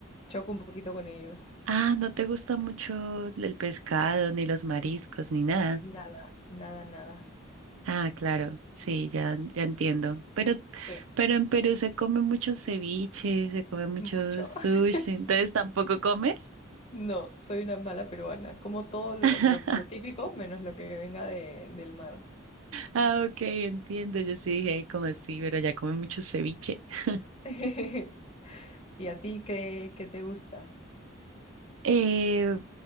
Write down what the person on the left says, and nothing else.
choco un poquito con ellos.
Nada, nada, nada.
Sí.
Mucho. <laughs>
No, soy una mala peruana. Como todo lo,
lo- lo típico, menos lo que venga de- del mar.
<laughs> ¿Y a ti qué, qué te gusta?